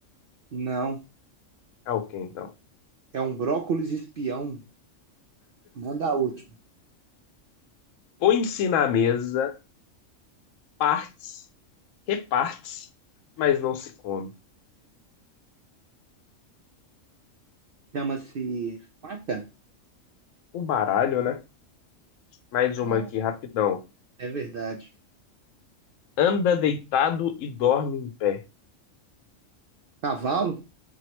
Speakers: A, on the right; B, on the left.
A: Não,
B: É o que então?
A: é um brócolis espião. Manda a última.
B: Põe-se na mesa, partes, reparte mas não se come.
A: Chama-se faca?
B: O baralho, né? Mais
A: Cara,
B: uma aqui, rapidão.
A: é verdade.
B: Anda deitado e dorme em pé.
A: Cavalo?